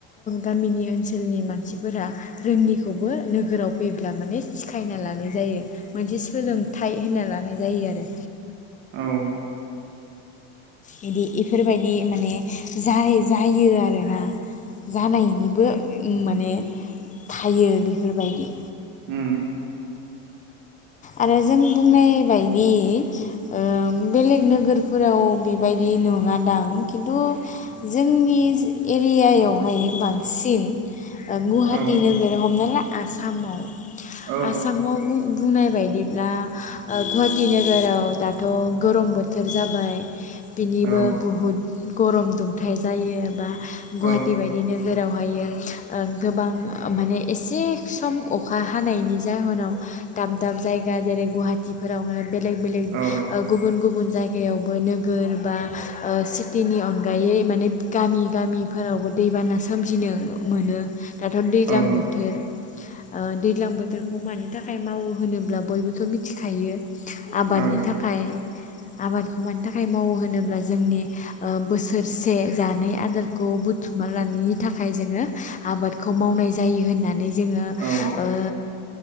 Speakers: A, on the left; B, on the right.
A: गामिनि ओनसोलनि मानसिफोरा रोङिखौबो नोगोराव अब्ला माने सिखायना लानाय जायो। मोनसे सोलोंथाइ होनना लानाय जायो आरो
B: औ
A: बिदि इफोरबायदि माने जाय जायो आरोना जानायनिबो माने थायो बेफोरबायदि
B: उम
A: आरो जों बुंनाय बायदि ओ बेलेग नोगोरफोराव बेबायदि नङा दां खिन्थु जोंनि एरियायावहाय बांसिन ओ गुवाहाटि
B: औ औ
A: नोगोर हमना ला आसाम
B: औ
A: <unintelligible> आसामाव बुं बुंनाय बायदिब्ला गुवाहाटि नोगोराव दाथ' गरम बोथोर जाबाय बिनिबो
B: औ
A: बहुद गरम दुम थाय जायो बा गुवाहाटि
B: औ
A: बायदिनो जेरावहायो ओ गोबां माने एसे सम अखा हानायनि जाहोनाव दाब दाब जायगा जेरै गुवाहाटिफोरावनो बेलेग बेलेग
B: औ
A: ओ गुबुन गुबुन जायगायावबो नोगोर बा ओ सिटिनि अनगायै माने गामि गामिफोरावबो दैबाना सोमजिनो मोनो। दाथ' दैज्लां
B: औ
A: बोथोर ओ दैज्लां बोथोरखौ मानि थाखाय मावो होनोब्ला बयबोथ' मिथिखायो आबादनि
B: औ
A: थाखाय आबादखौ मानि थाखाय मावो होनोब्ला जोंनि ओ बोसोरसे जानाय आदारखौ बुथुमना लानायनि थाखाय जोङो आबादखौ मावनाय जायो होननानै जोङो
B: औ
A: ओ